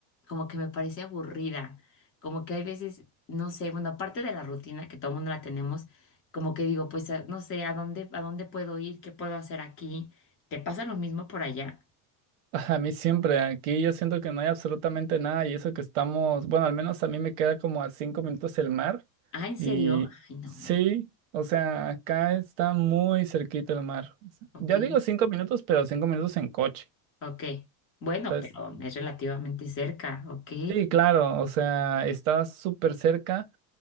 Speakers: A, on the left; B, on the right.
A: como que me parece aburrida, como que hay veces, no sé, bueno, aparte de la rutina que todo el mundo la tenemos, como que digo, pues a- no sé, ¿a dónde, a dónde puedo ir? ¿Qué puedo hacer aquí? ¿Te pasa lo mismo por allá?
B: A mí siempre, aquí yo siento que no hay absolutamente nada y eso que estamos, bueno, al menos a mí me queda como a cinco minutos el mar
A: Ah, ¿en serio?
B: y
A: Ay, no.
B: sí, o sea, acá está muy cerquita el mar. O sea,
A: Ok,
B: Ya digo cinco minutos, pero cinco minutos en coche.
A: ok. Bueno,
B: Entonces,
A: pero es relativamente cerca, ok.
B: sí, claro, o sea, está súper cerca,